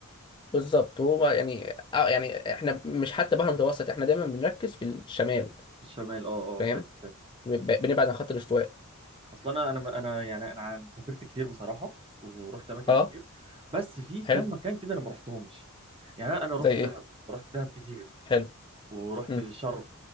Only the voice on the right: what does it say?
في الشمال اه
اه فاهم فاهم
اصل انا انا انا يعني انا عن- سافرت كتير بصراحه ورحت اماكن
كتير بس في كام
مكان كده انا ما رحتهمش يعني انا أنا رحت
دهب رحت دهب كتير
ورحت
شرم